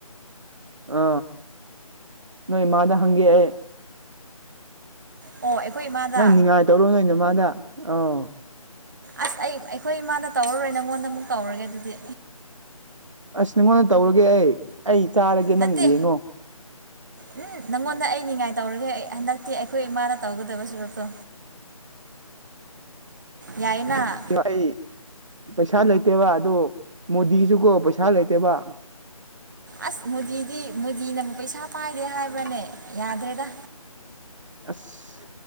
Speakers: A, on the right; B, on the right.
A: ꯑ ꯅꯣꯏꯃꯗ ꯍꯦ
B: ꯑꯣ ꯑꯩꯈꯣꯏ ꯏꯃꯥꯗ
A: ꯅꯪ ꯅꯤꯡꯉꯥꯏ ꯇꯧꯔꯣ ꯅꯣꯏꯩꯅ ꯃꯥꯗ ꯑ
B: ꯑꯁ ꯑꯩ ꯑꯩꯈꯣꯏ ꯏꯃꯥꯗ ꯇꯧꯔꯨꯔꯣꯏ ꯅꯪꯉꯣꯟꯗ ꯑꯃꯨꯛ ꯇꯧꯔꯒꯦ ꯑꯗꯨꯗꯤ
A: ꯑꯁ ꯅꯉꯣꯟꯗ ꯇꯧꯔꯒꯦ ꯑꯩ ꯑꯩ ꯆꯥꯔꯒꯦ ꯅꯪ
B: ꯅꯠꯇꯦ
A: ꯌꯦꯡꯉꯣ
B: ꯎꯝ ꯅꯪꯉꯣꯟꯗ ꯑꯩ ꯅꯤꯡꯉꯥꯏ ꯇꯧꯔꯒꯦ ꯑꯩ ꯍꯟꯗꯛꯇꯤ ꯑꯩꯈꯣꯏ ꯏꯃꯥꯗ ꯇꯧꯒꯗꯕ ꯁꯨꯔꯛꯇꯣ
A: <inaudible>
B: ꯌꯥꯏꯅ
A: ꯑꯩ ꯄꯩꯁꯥ ꯂꯩꯇꯦꯕ ꯑꯗꯨ ꯃꯣꯗꯤꯁꯨꯀꯣ ꯄꯩꯁꯥ ꯂꯩꯇꯦꯕ
B: ꯑꯁ ꯃꯣꯗꯤꯗꯤ ꯃꯨꯗꯤꯅꯕꯨꯛ ꯄꯩꯁꯥ ꯄꯥꯏꯗꯦ ꯍꯥꯏꯕ꯭ꯔꯅꯦ ꯌꯥꯗ꯭ꯔꯦꯗ
A: ꯑꯁ